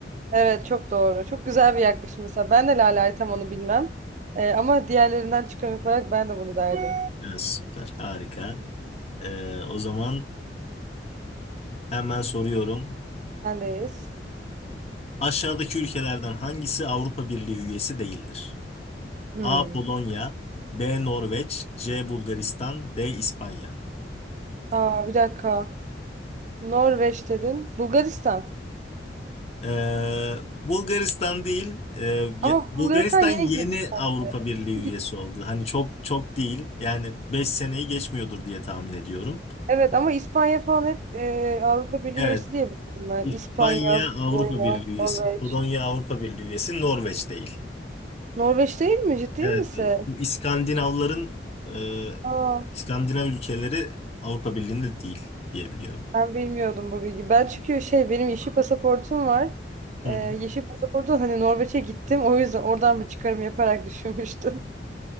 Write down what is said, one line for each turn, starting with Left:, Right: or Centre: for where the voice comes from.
Right: Evet çok doğru. Çok güzel bir yaklaşım mesela. Ben de Lale Aytaman'ı bilmem. Ee, ama diğerlerinden çıkarım yaparak ben de bunu derdim.
Left: Evet, süper, harika. Ee, o zaman hemen soruyorum.
Right: Sendeyiz.
Left: Aşağıdaki ülkelerden hangisi Avrupa Birliği üyesi değildir?
Right: Hmm.
Left: A. Polonya, B. Norveç, C. Bulgaristan, D. İspanya.
Right: Aa bir dakika. Norveç dedin. Bulgaristan.
Left: Ee, Bulgaristan değil, e, ya-
Right: Ama
Left: Bulgaristan
Right: Bulgaristan yeni
Left: yeni
Right: girdi.
Left: Avrupa Birliği
Right: sanki.
Left: üyesi oldu. Hani çok çok değil, yani 5 seneyi geçmiyordur diye tahmin ediyorum.
Right: Evet ama İspanya falan hep e, Avrupa Birliği
Left: Evet,
Right: üyesi diye biliyorum ben.
Left: İspanya
Right: İspanya,
Left: Avrupa
Right: Polonya,
Left: Birliği üyesi,
Right: Norveç.
Left: Polonya Avrupa Birliği üyesi, Norveç değil.
Right: Norveç değil mi? Ciddi
Left: Evet,
Right: misin?
Left: o- bu İskandinavların, e,
Right: Aa,
Left: İskandinav ülkeleri Avrupa Birliği'nde değil diyebiliyorum.
Right: ben bilmiyordum bu bilgi. Ben çünkü şey benim yeşil pasaportum var. Ee,
Left: Hı hı.
Right: yeşil pasaportu hani Norveç'e gittim. O yüzden oradan bir çıkarım yaparak <laughs> düşünmüştüm.